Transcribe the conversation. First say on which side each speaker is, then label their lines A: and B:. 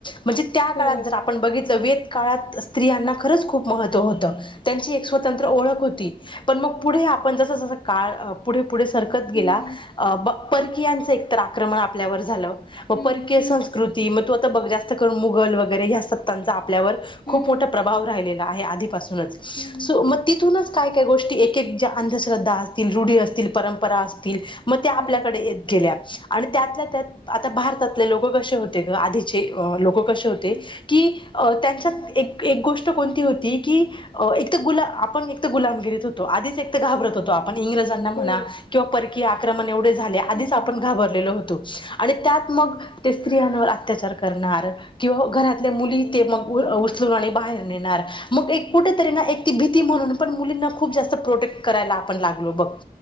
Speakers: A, on the left (about 30°); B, on the left (about 65°).
A: म्हंजे त्या
B: हो
A: काळात जर आपण बघितलं वेद काळात स्त्रियांना खरंच खूप महत्त्व होतं. त्यांची एक स्वतंत्र
B: हो
A: ओळख होती पन मग पुढे आपण जस जस काळ अ पुढे पुढे सरक त गेला
B: हम्म
A: अ प परकीयांचे एकतर आक्रमण आपल्यावर झालं म
B: हम्म
A: परकीय
B: हम्म
A: संस्कृती मतू आता बघ जास्त करून मुघल वगैरे ह्या सत्तांचा आपल्यावर
B: हम्म,
A: खूप मोठा प्रभाव राहिलेला आहे आधीपासून
B: हम्म,
A: सो म तिथूनच काय काय गोष्टी एक एक ज्या अंधश्रद्धा असतील, रूढी असतील, परंपरा असतील मत्या आपल्याकडे
B: हो,
A: येत गेल्या. आणि त्यातल्या त्यात आता भारतातले लोकं कशे होते गं आधीचे अ लोक कशे होते
B: हं,
A: की, अ त्याच्यात एक एक गोष्ट कोनती होती की अ एकतर गुला आपण एक तर गुलामगिरीत होतो आधीच एकतर घाबरत होतो आप पण इंग्रजांना म्हणा
B: हो,
A: किंवा परकीय आक्रमण एवढे झाले आधीच
B: हं,
A: आपण घाबरलेलो होतो. आणि त्यात मग
B: हं,
A: ते स्त्रियांवर अत्याचार करणार किंवा घरात तल्या मुली
B: हो,
A: ते मग उ उचलून आणि बाहेर नेणार, मग एक कुठेतरीना एक ती भीती म्हणून पण मुलींना खूप जास्त प्रोटेक्ट करायला आपण लाग लो बग